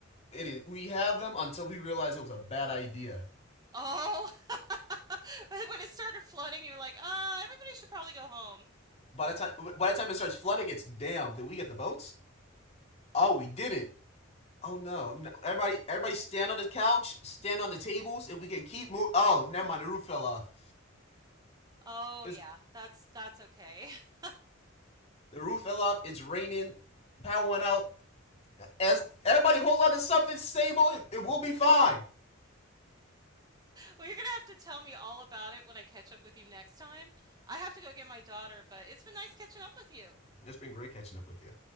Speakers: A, on the left; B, on the right.
A: It is. We have them until we realize it was a bad idea.
B: Oh, <laughs> when it started flooding, you're like, uh, everybody should probably go home.
A: By the time by the time it starts flooding, it's damn. Did we get the boats? Oh, we didn't. Oh no. no. Everybody, everybody, stand on the couch, stand on the tables, and we can keep moving. Oh, never mind. The roof fell off.
B: Oh
A: It's
B: yeah, that's that's okay. <laughs>
A: the roof fell off. It's raining. Power went out. As everybody hold on to something stable, it, it will be fine.
B: Well, you're gonna have to tell me all about it when I catch up with you next time. I have to go get my daughter, but it's been nice catching up with you.
A: It's been great catching up with you.